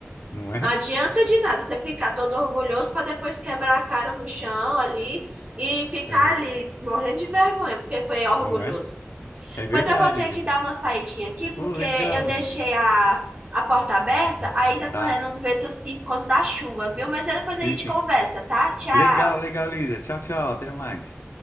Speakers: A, on the left; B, on the right.
A: não é?
B: Não adianta
A: <laughs>
B: de nada você ficar todo orgulhoso para depois quebrar a cara no chão ali e ficar
A: Uhum.
B: ali morrendo de vergonha, porque foi orgulhoso.
A: Não é? É verdade.
B: Pois eu vou ter
A: De-
B: que dar uma saidinha aqui, porque
A: Oh, legal,
B: eu deixei
A: Luísa.
B: a, a porta aberta, aí tá correndo
A: Tá.
B: um vento assim por causa da chuva, viu? Mas aí depois
A: Sim,
B: a gente
A: sim.
B: conversa, tá? Tchau!
A: Legal, legal, Luísa. Tchau, tchau. Até mais.